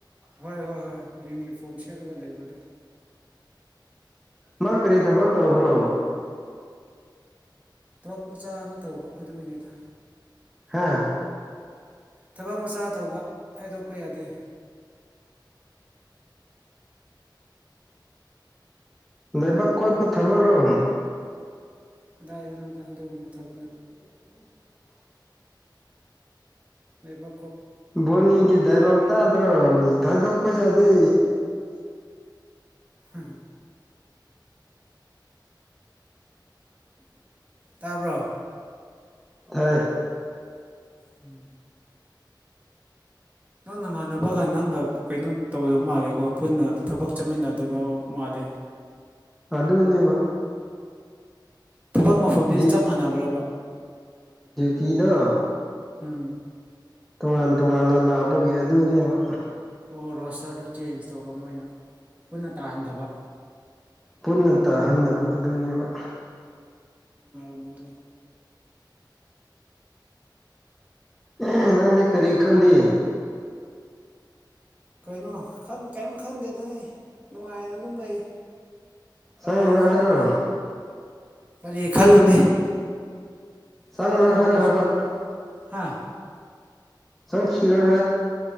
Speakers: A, on the right; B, in the centre.
A: ꯍꯣꯏ ꯍꯣꯏ ꯍꯣꯏ ꯌꯨꯅꯤꯐꯣꯔꯝ ꯁꯦꯠꯂꯒ ꯂꯩꯕꯗꯣ
B: ꯃꯥ ꯀꯔꯤ ꯊꯕꯛ ꯇꯧꯕ꯭ꯔꯣ
A: ꯊꯕꯛ ꯃꯆꯥ ꯑꯃ ꯇꯧꯕ ꯑꯗꯨ ꯑꯣꯏꯉꯩꯗ
B: ꯍꯥꯥ
A: ꯊꯕꯛ ꯃꯆꯥ ꯇꯧꯕ ꯍꯥꯏꯗꯣꯛꯄ ꯌꯥꯗꯦ
B: ꯗꯕꯥꯛ ꯀꯣꯏꯄ ꯊꯕꯒ꯭ꯔꯣ
A: ꯀꯗꯥꯏꯗꯅꯗꯗ ꯇꯕꯦ ꯂꯩꯕ
B: ꯕꯣꯅꯤꯒꯤ ꯗꯥꯏꯂꯣꯛ ꯇꯥꯗ꯭ꯔꯣ ꯊꯥꯏꯗꯣꯛꯄ ꯌꯥꯗꯦ
A: ꯍꯝ ꯇꯥꯔꯕ꯭ꯔꯣ
B: ꯊꯔꯦ
A: ꯎꯝ ꯅꯪꯅ ꯃꯥꯟꯅꯕꯒ ꯅꯪꯒ ꯀꯩꯅꯣ ꯇꯧꯗ ꯃꯥꯜꯂꯦꯀꯣ ꯄꯨꯟꯅ ꯊꯕꯛ ꯆꯠꯃꯤꯟꯅꯗꯕ ꯃꯥꯜꯂꯦ <inaudible>
B: ꯑꯗꯨꯅꯦꯕ
A: ꯊꯕꯛ ꯃꯐꯝꯗꯤ
B: ꯗꯤ
A: ꯆꯞ ꯃꯥꯟꯅꯕ꯭ꯔꯕ
B: ꯀꯤꯗ
A: ꯎꯝ
B: ꯇꯣꯉꯥꯟ ꯇꯣꯉꯥꯟꯅ ꯂꯥꯛꯞꯄꯒꯤ ꯑꯗꯨꯅꯦꯕ
A: ꯑꯣ ꯔꯣꯁꯇꯔꯗꯨ ꯆꯦꯟꯖ ꯇꯧꯕ ꯃꯣꯏꯅ ꯄꯨꯟꯅ ꯇꯥꯍꯟꯗꯕ
B: ꯄꯨꯟꯅ ꯇꯥꯍꯟꯗꯕ ꯑꯗꯨꯅꯦꯕ
A: ꯃꯨꯝꯕꯥꯏꯅ
B: ꯑꯦ ꯅꯪꯗꯤ ꯀꯔꯤ ꯈꯜꯂꯤ
A: ꯀꯩꯅꯣꯟ ꯀꯔꯤꯝ ꯈꯟꯗꯦꯗ ꯑꯩ ꯅꯨꯡꯉꯥꯏꯅ ꯑꯗꯨꯝ ꯂꯩ ꯀꯔꯤ
B: ꯁ꯭ꯔ
A: ꯈꯜꯂꯨꯅꯤ
B: ꯍꯥꯏꯔꯣ
A: ꯀꯔꯤ ꯈꯜꯂꯨꯅꯤ
B: ꯆꯥꯡꯔꯣꯏ
A: ꯈꯜꯂꯒ
B: ꯍꯥꯏꯔꯣꯏ
A: ꯀꯩꯁꯨ
B: ꯍꯥꯏꯕ
A: ꯍꯥ
B: ꯁꯪꯁꯤꯔꯣ